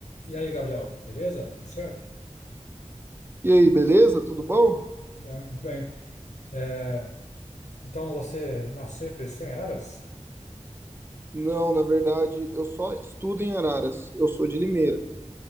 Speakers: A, on the left; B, on the right.
A: E aí, Gabriel, beleza? Tudo certo?
B: E aí, beleza? Tudo bom?
A: Bem, muito bem. É, então você nasceu e cresceu em Araras?
B: Não, na verdade, eu só estudo em Araras. Eu sou de Limeira,